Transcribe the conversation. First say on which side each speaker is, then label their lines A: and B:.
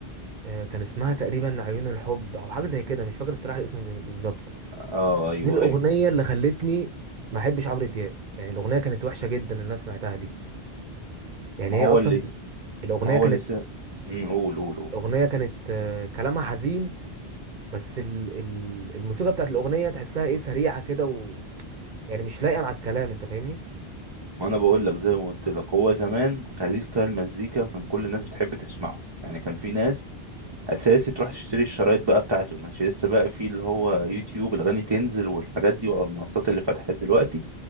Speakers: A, on the right; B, on the right.
A: آه، كان اسمها تقريبا عيون الحب او حاجه زي كده مش فاكر الصراحه الاسم بال- بالظبط
B: اه ايوه
A: دي الاغنيه
B: ايوه
A: اللي خلتني ما احبش عمرو دياب يعني الاغنيه كانت وحشه جدا اللي انا سمعتها دي يعني
B: ما
A: هي
B: هو
A: اصلا
B: اللي
A: الاغنيه
B: ما هو
A: كانت
B: اللي س... مم، قول قول قول
A: الاغنيه كانت آه، كلامها حزين بس ال... ال... الموسيقى بتاعت الاغنيه تحسها ايه سريعه كده و... يعني مش لايقه مع الكلام انت فاهمني
B: ما انا بقول لك زي ما قلت لك هو زمان كان ليه ستايل مزيكا وكان كل الناس بتحب تسمعه يعني كان في ناس اساسي تروح تشتري الشرايط بقى بتاعته ما كانش لسه بقى في اللي هو يوتيوب الاغاني تنزل والحاجات دي او المنصات اللي فتحت دلوقتي